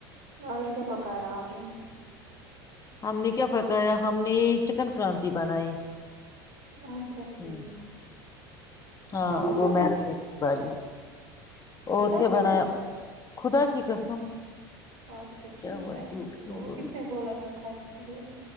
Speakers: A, on the right (about 55°); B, on the left (about 30°).
A: اورش کیا پکایا آپ نے
B: ہم نے کیا پکایا ہم نے چکن کرانتی بنائی
A: اچھا ٹھیک
B: ہوں، ہاں
A: اور
B: وہ
A: کیا
B: میرنی
A: بولا
B: والی اور
A: سچ
B: کیا بنایا
A: میں
B: خدا کی قسم
A: اچھا ٹھیک
B: کیا ہوا
A: اچھا
B: جھوٹ کیوں
A: وہ
B: بولوں
A: کس نے بولا تھا پٹ دے